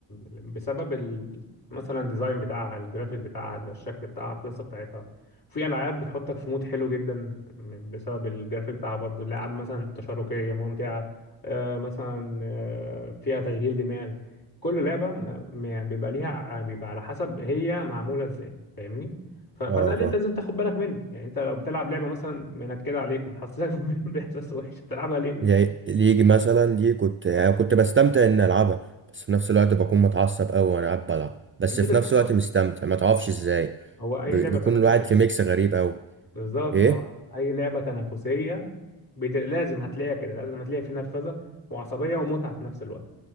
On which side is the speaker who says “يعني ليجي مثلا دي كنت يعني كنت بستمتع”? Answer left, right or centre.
Right